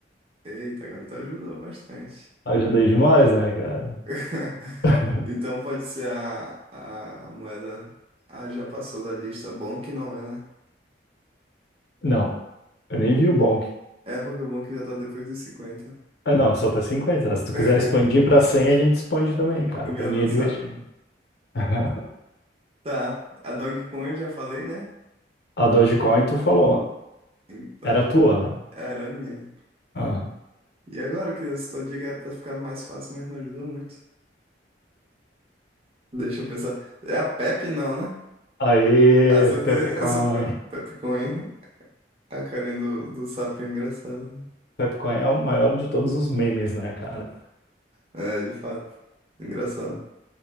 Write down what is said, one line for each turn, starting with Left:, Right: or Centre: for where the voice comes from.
Right: Eita, agora tu ajudou bastante.
Left: Ajudei demais, né, cara?
Right: <laughs>
Left: <laughs>
Right: Então pode ser a, a moeda. Ah, já passou da lista. Bom que não é, né?
Left: Não, eu nem vi o Bonk.
Right: É porque o bom é que já tá depois dos 50.
Left: Ah, não, só tá 50. Se tu
Right: <laughs>
Left: quiser expandir pra 100, a gente expande também, cara.
Right: Minha
Left: Pra mim
Right: nossa.
Left: é divertido. <laughs>
Right: Tá, a Dogecoin eu já falei, né?
Left: A Dogecoin, tu falou,
Right: Então,
Left: era tua, né?
Right: era a minha.
Left: Ah.
Right: E agora que essa tua dica era pra ficar mais fácil, mas não ajudou muito. Deixa eu pensar. É a Pepe, não, né?
Left: Aí,
Right: Acertei
Left: Pepcoin.
Right: essa Pe- Pepe Coin. A carinha do, do sapinho engraçado.
Left: Pepcoin é o maior de todos os memes, né, cara?
Right: É, de fato. Engraçado.